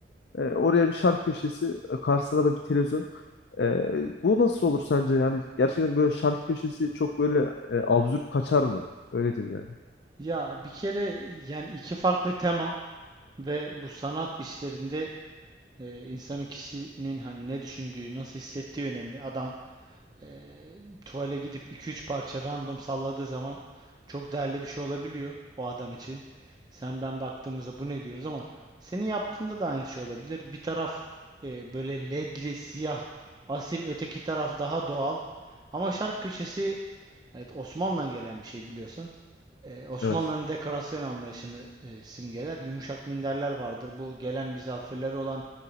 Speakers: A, on the left; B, on the right.
A: E, oraya bir şark köşesi, e, karşısına da bir televizyon. Ee, bu nasıl olur sence? Yani gerçekten böyle şarkı köşesi çok böyle e, absürt kaçar mı? Öyle diyeyim yani.
B: Ya bir kere yani iki farklı tema ve bu sanat işlerinde e, insanın kişinin hani ne düşündüğü, nasıl hissettiği önemli. Adam e, tuvale gidip iki üç parça random salladığı zaman çok değerli bir şey olabiliyor o adam için. Sen ben baktığımızda bu ne diyoruz ama senin yaptığında da aynı şey olabilir. Bir taraf e, böyle ledli, siyah, asil, öteki taraf daha doğal. Ama şark köşesi evet Osmanlı'dan gelen bir şey biliyorsun. E, Osmanlı'nın
A: Evet.
B: dekorasyon anlayışını e, simgeler. Yumuşak minderler vardır. Bu gelen misafirlere olan